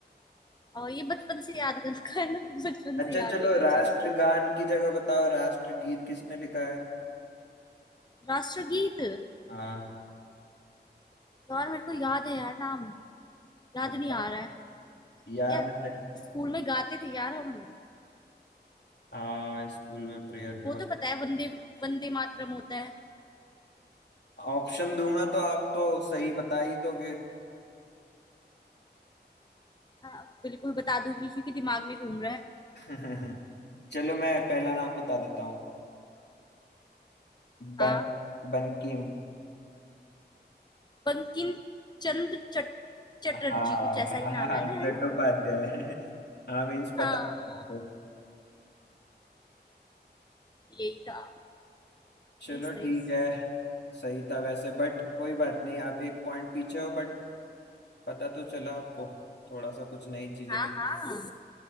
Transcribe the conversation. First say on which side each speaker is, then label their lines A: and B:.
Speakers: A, on the left; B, on the left.
A: और ये बचपन से याद कर रखा है ना बचपन से
B: अच्छा
A: याद
B: चलो
A: है ये
B: राष्ट्रगान
A: चीज तो
B: की जगह बताओ राष्ट्रगीत किसने लिखा है
A: राष्ट्रगीत
B: हाँ
A: यार मेरे को याद है यार नाम याद
B: बताओ
A: नहीं आ रहा है
B: याद
A: यार
B: है
A: स्कूल में गाते थे यार हम
B: हाँ स्कूल में प्रेयर के
A: वो तो
B: वक्त
A: पता है वंदे वंदे मातरम होता है
B: ऑप्शन दूंगा तो आप तो सही बता ही दोगे
A: हाँ, बिल्कुल बता दूंगी क्योंकि दिमाग में घूम रहा है
B: <laughs> चलो मैं पहला नाम बता देता हूँ
A: हाँ
B: बन बनकीम
A: बंकिम चंद्र चट, चटर्जी
B: हाँ
A: कुछ ऐसा ही नाम
B: हाँ
A: है ना है
B: चट्टोपाध्याय
A: ना
B: हाँ मीन्स पता
A: हाँ
B: है सबको।
A: यही था
B: चलो
A: Nice nice
B: ठीक है सही था वैसे बट कोई बात नहीं आप एक पॉइंट पीछे हो बट पता तो चला आपको थोड़ा सा कुछ नई चीजें
A: हाँ
B: मिली
A: हाँ